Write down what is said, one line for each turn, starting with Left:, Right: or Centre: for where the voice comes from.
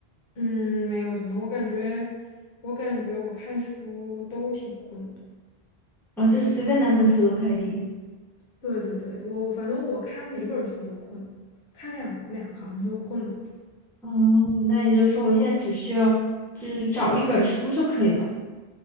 Left: 嗯，没有什么，我感觉我感觉我看书都挺困的。
Centre: 啊，就随便哪本书都可以。
Left: 对对对，我反正我看哪本书都困，看两两行就困了。
Centre: 嗯，那也就是说，我现在只需要就是找一本书就可以了。